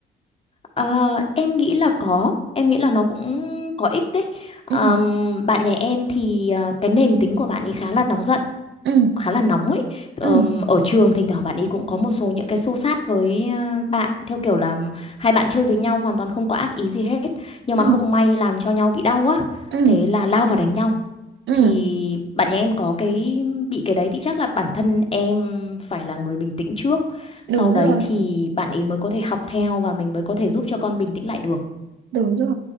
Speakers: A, on the left; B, on the right.
A: Ờ, em nghĩ là có, em nghĩ là nó cũng có ích đấy. Ờm,
B: ừ
A: bạn nhà em thì ờ, cái nền tính của bạn ấy khá là nóng giận
B: ừ
A: khá là nóng ấy. Ờm,
B: ừ
A: Ở trường thỉnh thoảng bạn ấy cũng có một số những cái xô xát với ờ, bạn theo kiểu là hai bạn chơi với nhau hoàn toàn không có ác ý gì hết nhưng mà
B: ừ
A: không may làm cho nhau bị đau á.
B: ừ
A: Thế là lao vào đánh nhau.
B: ừ
A: Thì bạn nhà em có cái bị cái đấy thì chắc là bản thân em phải là người bình tĩnh trước. Sau
B: đúng
A: đấy
B: rồi
A: thì bạn ấy mới có thể học theo và mình mới có thể giúp cho con bình tĩnh lại được.
B: Đúng rồi.